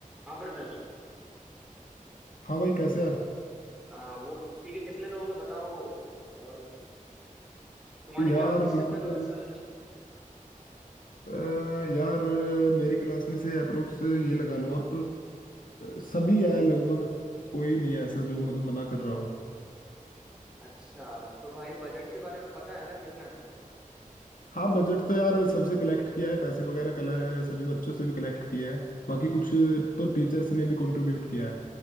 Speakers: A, in the centre; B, on the left.
A: हाँ ब्रदर
B: हाँ भाई कैसे है
A: आ, वो सब ठीक है कितने लोग हैं बताओ आ, तुम्हारी
B: यार
A: क्लास में कितने
B: मैं
A: लोग
B: तो
A: हिस्सा ले रहे
B: अ, यार मेरी क्लास में से अप्रोक्स ये लगा लो आप सभी है लगभग कोई नहीं है ऐसा जो मतलब मना कर रहा हो
A: हैं अच्छा तो भाई बजट के बारे में पता है ना कितना है
B: हाँ बजट तो यार सबसे कलेक्ट किया है पैसे वगैरह कल सभी बच्चों से भी कलेक्ट किया है बाकी कुछ तो टीचर्स ने भी कंट्रीब्यूट किया है